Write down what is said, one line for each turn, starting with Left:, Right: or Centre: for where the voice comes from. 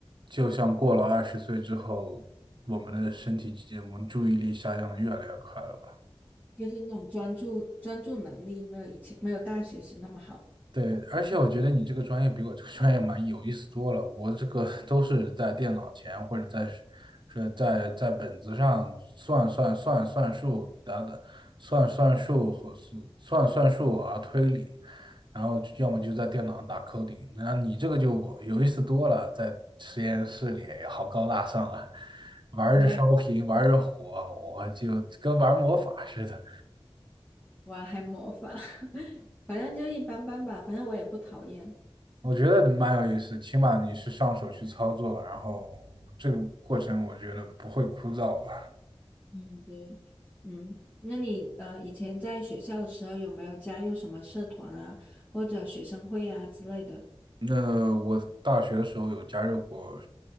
Right: 就像过了二十岁之后，我们的身体，我们注意力下降的越来越快了吧。
Left: 就是那种专注专注能力没有以前没有大学时那么好。
Right: 对，而且我觉得你这个专业比我这个专业蛮有意思多了。我这个都是在电脑前或者在是是在在本子上算算算算数，等等，算算数或是算算数啊推理，然后就要么就在电脑上打 coding。那你这个就有意思多了，在实验室里好高大上啊，玩着烧瓶，
Left: 没，
Right: 玩着火，我就跟玩魔法似的。
Left: 我还模仿，<laughs> 反正就一般般吧，反正我也不讨厌。
Right: 我觉得蛮有意思，起码你是上手去操作，然后这个过程我觉得不会枯燥吧。
Left: 嗯，对，嗯，那你呃以前在学校的时候有没有加入什么社团啊，或者学生会啊之类的？
Right: 那我大学的时候有加入过，